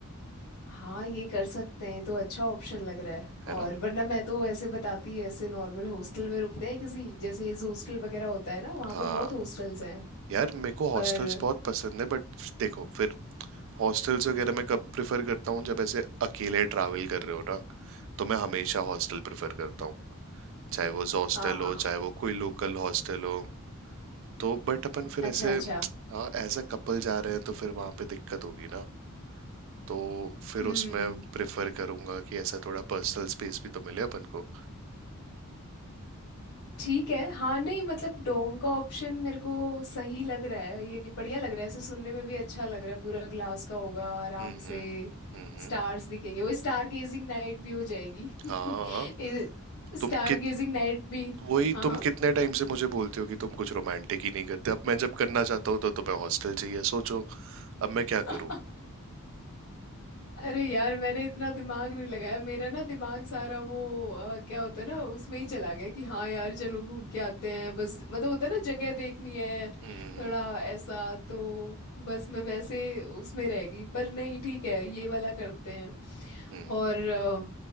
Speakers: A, on the left; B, on the right.
A: हाँ ये कर सकते हैं ये तो अच्छा ऑप्शन लग रहा है
B: है
A: और
B: ना
A: वरना मैं तो ऐसे बताती ऐसे नॉर्मल हॉस्टल में रुकते हैं किसी जैसे ये हॉस्टल वगैरह होता है ना वहाँ
B: हाँ
A: पे बहुत हॉस्टल्स हैं
B: यार मेरे को हॉस्टल्स
A: पर
B: बहुत पसंद है बट देखो फिर हॉस्टल्स वगैरह मैं कब प्रेफर करता हूँ जब ऐसे अकेले ट्रैवल कर रहे हो ना तो मैं हमेशा हॉस्टल प्रेफर करता हूँ चाहे वो हॉस्टल
A: हाँ
B: हो चाहे वो कोई लोकल हॉस्टल हो तो बट अपन फिर
A: अच्छा
B: ऐसे
A: अच्छा
B: हाँ एज अ कपल जा रहे हैं तो फिर वहां पे दिक्कत होगी ना तो फिर
A: हम्म
B: उसमें प्रेफर करूंगा कि ऐसा थोड़ा पर्सनल स्पेस भी तो मिले अपन को
A: ठीक है हाँ नहीं मतलब डोम का ऑप्शन मेरे को सही लग रहा है ये बढ़िया लग रहा है ऐसे सुनने में भी अच्छा लग रहा है पूरा ग्लास का होगा आराम
B: हम्म हम्म
A: से
B: हम्म,
A: स्टार्स दिखेंगे वो स्टार गेजिंग नाइट भी हो जाएगी <laughs>
B: हाँ
A: स्टार
B: तुम कित
A: गेजिंग नाइट भी
B: वही
A: हाँ
B: तुम
A: हाँ
B: कितने टाइम से मुझे बोलती हो कि तुम कुछ रोमांटिक ही नहीं करते अब मैं जब करना चाहता हूँ तो तुम्हें हॉस्टल चाहिए सोचो अब मैं क्या
A: <laughs>
B: करूँ
A: अरे यार मैंने इतना दिमाग नहीं लगाया मेरा ना दिमाग सारा वो अ, क्या होता है ना उसमें ही चला गया कि हाँ यार चलो घूम के आते हैं बस मतलब होता है ना जगह देखनी है
B: हम्म
A: थोड़ा ऐसा तो बस मैं वैसे उसमें रह गई पर नहीं ठीक है ये वाला करते हैं
B: हम्म
A: और अ,